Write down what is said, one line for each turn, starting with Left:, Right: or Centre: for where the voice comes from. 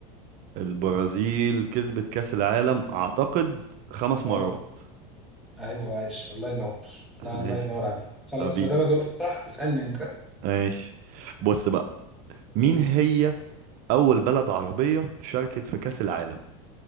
Right: البرازيل كسبت كاس العالم اعتقد خمس
Centre: اه
Right: مرات
Centre: ايوه عايش الله ينور
Right: <laughs>
Centre: لا الله
Right: ماشي
Centre: ينور عليك خلاص
Right: حبيبي
Centre: ما دام جاوبت صح اسالني انت
Right: ماشي بص بقى مين
Centre: <laughs>
Right: هي اول بلد عربية شاركت في كاس العالم